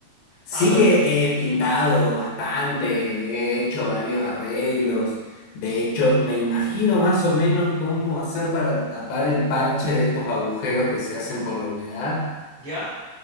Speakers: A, on the left (about 75°); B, on the right (about 50°).
A: Sí,
B: Ah, bueno,
A: he, he pintado bastante, he hecho varios arreglos. De hecho, me imagino más o menos cómo hacer para tapar el parche de estos agujeros que se hacen por la humedad.
B: ya.